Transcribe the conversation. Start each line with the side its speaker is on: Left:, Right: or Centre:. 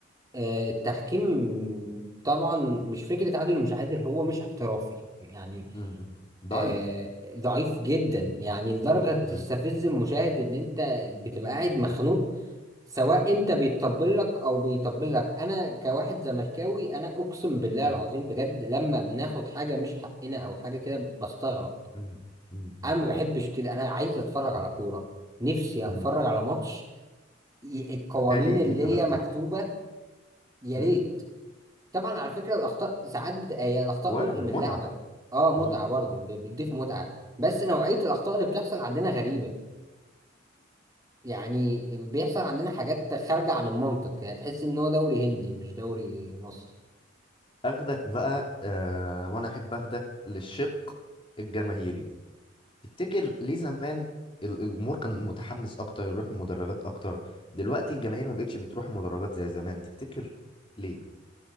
Right: آه، التحكيم طبعا مش فكرة عادل ومش عادل هو مش احترافي يعني
Left: م- م. ضعيف
Right: آه ضعيف جدا يعني لدرجة تستفز
Left: م-
Right: المشاهد ان انت بتبقى قاعد مخنوق سواء انت بيتطبل لك او بيطبل لك انا كواحد زملكاوي انا اقسم بالله
Left: م-
Right: العظيم بجد لما بناخد حاجة مش حقنا او حاجة كده بستغرب
Left: م- م-
Right: انا ما بحبش كده انا عايز اتفرج
Left: م-
Right: على كورة نفسي
Left: م.
Right: اتفرج على ماتش ي- القوانين
Left: خالي
Right: اللي
Left: من الأخطاء
Right: هي مكتوبة يا
Left: م.
Right: ريت طبعا على فكرة الأخطاء ساعات بت... هي الأخطاء
Left: وردة
Right: جزء من
Left: متعة
Right: اللعبة اه متعة
Left: م.
Right: برضه ب- بتضيف متعة بس نوعية الأخطاء اللي بتحصل عندنا غريبة يعني بيحصل عندنا حاجات خارجة عن المنطق يعني تحس إن هو دوري هندي مش دوري مصري
Left: أخدك بقى آه وأنا أحب أخدك للشق الجماهيري تفتكر ليه زمان ال- الجمهور كان متحمس اكتر يروح المدرجات اكتر دلوقتي الجماهير ما بقتش بتروح المدرجات زي زمان تفتكر ليه